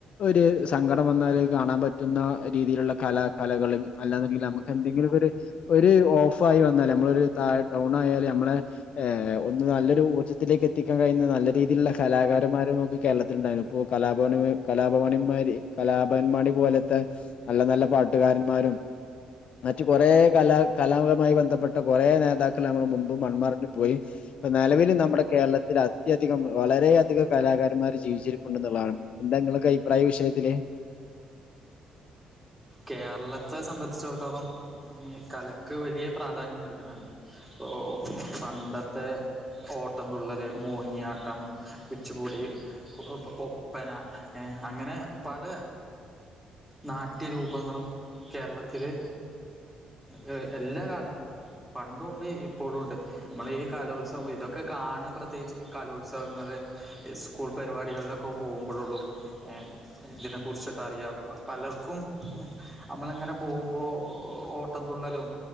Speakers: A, on the left (about 60°); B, in the centre.
A: ഒരു സങ്കടം വന്നാൽ കാണാൻ പറ്റുന്ന രീതിയിലുള്ള കലാ കലകളും അല്ലാണ്ടെങ്കിൽ നമുക്ക് എന്തെങ്കിലൊക്കൊര് ഒരു ഓഫായി വന്നാല് നമ്മളൊരു ത ഡൗണായാല് നമ്മളെ ഏ ഒന്ന് നല്ലൊരു ഊർജത്തിലേക്ക് എത്തിക്കാൻ കഴിയുന്ന നല്ല രീതിയിലുള്ള കലാകാരന്മാരും നമുക്ക് കേരളത്തില്ണ്ടായിനു അപ്പോ കലാ <unintelligible> കല കോണിമ്മാരി കലാഭവൻ മണി പോലത്തെ നല്ല നല്ല പാട്ടുകാരന്മാരും മറ്റ് കൊറേ കലാ കലാപുമായി ബന്ധപ്പെട്ട കൊറേ നേതാക്കൾ നമ്മടെ മുമ്പ് മൺമറഞ് പോയി ഇപ്പ നെലവില് നമ്മടെ കേരളത്തിലത്യധികം വളരെയധികം കലാകാരന്മാര് ജീവിച്ചിരിപ്പുണ്ടന്നുള്ളതാണ് എന്താ ഇങ്ങളൊക്കെ അഭിപ്രായീ വിഷയത്തില്
B: കേരളത്തെ സംബന്ധിച്ചിടത്തോളം ഈ കലക്ക് വലിയ പ്രാധാന്യം നൽക്ന്ന്ണ്ട് ഓ പണ്ടത്തെ ഓട്ടം തുള്ളല്, മോഹിനിയാട്ടം, കുച്ചുപുടി ഒ ഒ ഒപ്പന ഏ അങ്ങനെ പല നാട്ട ട്ട്യ രൂപങ്ങളും കേരളത്തില് ഏ എല്ലാ കാലത്തും പണ്ടുണ്ട് ഇപ്പോളുണ്ട് നമ്മളീ കലോത്സവം ഇതൊക്കെ കാണ പ്രത്യേകിച്ച് കലോത്സവങ്ങള് സ്കൂൾ പരിപാടികളിലൊക്കെ പോമ്പളൊള്ളു ഏഹ് ഇതിനെ കുറിച്ചിട്ട് അറിയാം പലർക്കും നമ്മള്ങ്ങനെ പോവുമ്പോ ഓ ഓട്ടംതുള്ളലും